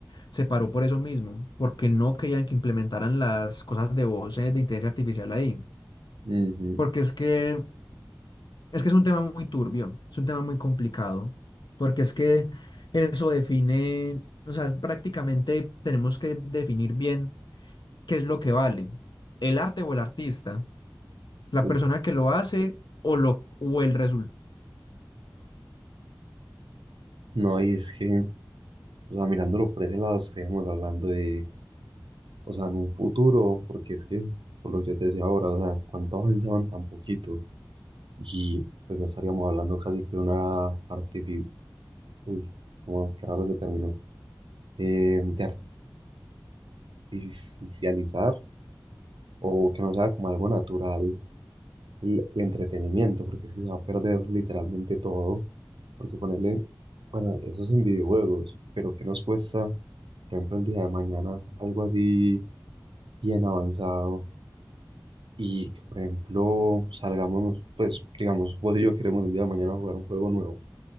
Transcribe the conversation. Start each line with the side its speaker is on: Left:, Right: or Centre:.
Left: se paró por eso mismo, porque no querían que implementaran las cosas de voz eh, de inteligencia artificial ahí.
Right: ujú,
Left: Porque es que es que es un tema muy turbio, es un tema muy complicado, porque es que eso define, o sea, prácticamente tenemos que definir bien qué es lo que vale, el arte o el artista, la
Right: sí.
Left: persona que lo hace o, lo, o el resultado.
Right: No, y es que, o sea, mirándolo por ese lado, estaríamos hablando de, o sea, en un futuro, porque es que, por lo que yo te decía ahora, o sea, cuánto avanzaban tan poquito. Y pues ya estaríamos hablando casi que de una artificial, uy, como que raro se terminó, eh, de artificializar o que no sea como algo natural el, el entretenimiento, porque es que se va a perder literalmente todo, porque ponerle, bueno, eso es en videojuegos, pero ¿qué nos cuesta, por ejemplo, el día de mañana algo así bien avanzado y que, por ejemplo, salgamos, pues digamos, vos y yo queremos el día de mañana jugar un juego nuevo